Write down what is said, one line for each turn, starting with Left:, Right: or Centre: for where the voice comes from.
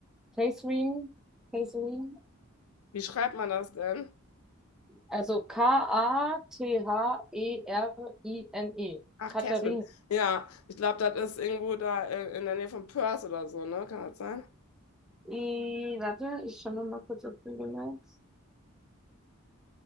Centre: Catering, Catering.
Left: wie schreibt man das denn?
Centre: Also K-A-T-H-E-R-I-N-E.
Left: Ach,
Centre: Katharin.
Left: Catherine. Ja, ich glaube, das ist irgendwo da äh, in der Nähe von Perth oder so, ne? Kann das sein?
Centre: I, N E. Katharine. I, warte, ich schaue noch mal kurz auf Google Maps.